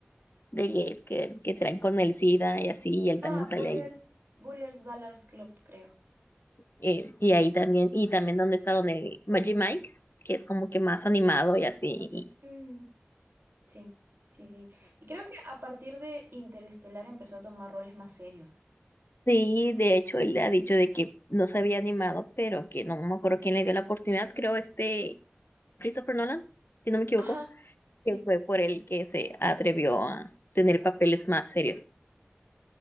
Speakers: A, on the left; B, on the right.
A: de gays que, que traen con el SIDA y así, y él
B: Ah,
A: también
B: Bullers,
A: sale ahí.
B: Bullers Dallas Club, creo.
A: Eh, y ahí también, y también donde está donde Magic Mike, que es como que más animado y así. y-
B: Mm, sí, sí, sí. Y creo que a partir de Interestelar empezó a tomar roles más serios.
A: sí, de hecho, él le ha dicho de que no se había animado, pero que no me acuerdo quién le dio la oportunidad, creo este Christopher Nolan, si no me equivoco.
B: Ajá, sí.
A: que fue por el que se atrevió a tener papeles más serios.